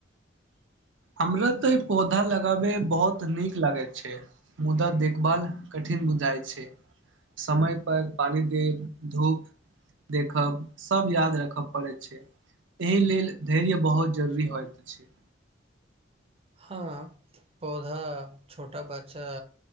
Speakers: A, on the right; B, on the right.
A: हमरा तऽ ई पौधा लगाबय बहुत नीक लागैत छै मुदा देखभाल कठिन बुझाइ छै समय पर पानि देब धूप देखब सब याद राखय पड़ैत छै एहि लेल धैर्य बहुत जरूरी होइत छै।
B: हँ पौधा छोटा बच्चा